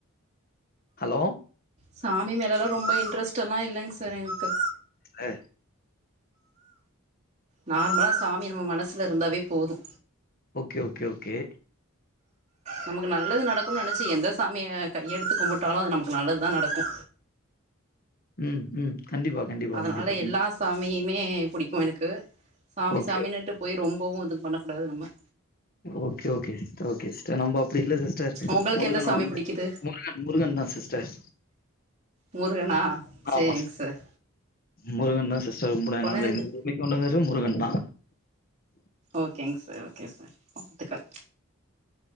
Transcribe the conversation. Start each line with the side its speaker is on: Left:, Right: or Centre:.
Left: ஹலோ
Right: சாமி மேலலா ரொம்ப இன்ட்ரெஸ்ட்டல்லா இல்லங் சார் எனக்கு
Left: அ
Right: நார்மலா சாமி நம்ம மனசுல இருந்தாவே போது
Left: ஓகே ஓகே ஓகே
Right: நமக்கு நல்லது நடக்குன்னு நனச்சி எந்த சாமிய கையெடுத்து கும்புட்டாலு அது நமக்கு நல்லதுதா நடக்கு
Left: ம் ம் கண்டிப்பா கண்டிப்பா,
Right: அதனால
Left: கண்டிப்பா.
Right: எல்லா
Left: ம்.
Right: சாமியுமே புடிக்கு எனக்கு சாமி
Left: ஓகே.
Right: சாமினுட் டு போய் ரொம்பவு இது பண்ணக்கூடாது நம்ம
Left: ஓகே ஓகே ஓகே சிஸ்டர் நம்ப அப்டி இல்ல சிஸ் டர்
Right: உங்களுக்கு
Left: முருகன
Right: எந்த சாமி
Left: வந்து
Right: புடிக்குது
Left: முருகன் முருகன் தா சிஸ்டர்
Right: முருகனா சேரிங்
Left: ஆமா சிஸ்டர்.
Right: சார்
Left: முருகன் தா சிஸ்டர் கும்புடுவ
Right: கொழந்தை
Left: நம்மள இந்த பூமிக்கு கொண்டு வந்தது முருகன் தா
Right: ஓகேங் சார் ஓகே சார் வாழ்த்துக்கள்